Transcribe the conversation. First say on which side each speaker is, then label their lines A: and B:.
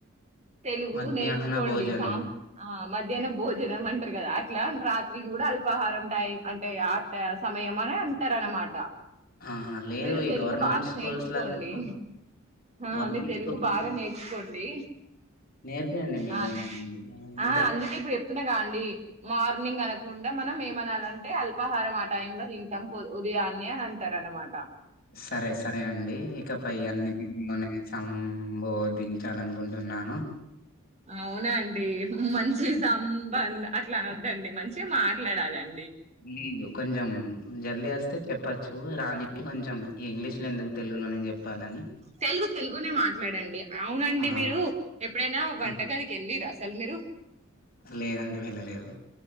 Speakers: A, on the right; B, on the left.
A: తెలుగు
B: మధ్యాహ్న
A: నేర్చుకోండి
B: భోజనం
A: సాం ఆ మధ్యాన బు భోజనం అంటారు కదా అట్లా రాత్రి కూడా అల్పాహారం టైమ్ అంటే ఆ సమయం అనే అంటారు అన్నమాట
B: ఆహా లేదు
A: మీరు
B: ఈ
A: తెలుగు
B: గవర్నమెంట్
A: బాగా
B: స్కూల్స్లలో
A: నేర్చుకోండి ఆ
B: గవర్నమెంట్
A: మీరు తెలుగు
B: స్కూల్స్
A: బాగా నేర్చుకోండి
B: నేర్పియండి మీరే
A: ఆ
B: ఇంతే
A: ఆ అందుకే ఇప్పుడు చెప్తున్నా గా అండి మార్నింగ్ అనకుండా మనం ఏమనాల్ అంటే అల్పాహారం ఆ టైం లో తింటాం పొద్దు ఉదయాన్నే అంటారన్నమాట
B: సరే సరే అండి ఇక పై అన్ని <unintelligible> తిలోనే సంబోధించి చాలు అనుకుంటున్నాను
A: అవునా అండి హమ్ మంచిది సంబంధ అట్లా అనద్దండి మంచి మాట్లాడాలం
B: నీళ్లు కొంచెం జల్ది వస్తే చెప్పొచ్చు రాణి కి కొంచెం ఇంగ్లీషులో ఎందుకు తెలుగులో చెప్పాలని
A: తెలుగు తెలుగునే మాట్లాడండి. అవునండి
B: ఆ!
A: మీరు ఎప్పుడైనా వంటగదికెళ్ళిరా
B: ఆ!
A: చల్ల నీరు
B: లేదండి వెళ్లలేదు